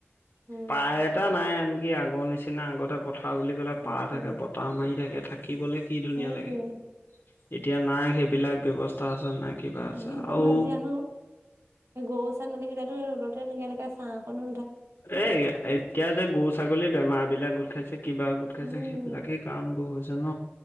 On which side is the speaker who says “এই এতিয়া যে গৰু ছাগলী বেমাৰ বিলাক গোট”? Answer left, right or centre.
Left